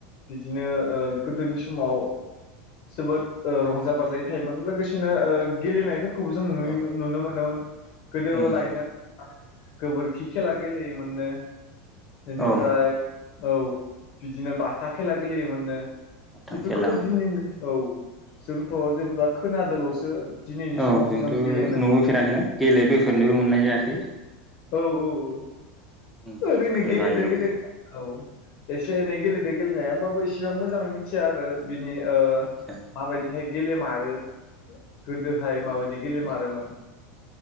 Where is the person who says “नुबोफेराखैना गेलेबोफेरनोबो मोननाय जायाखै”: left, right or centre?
Centre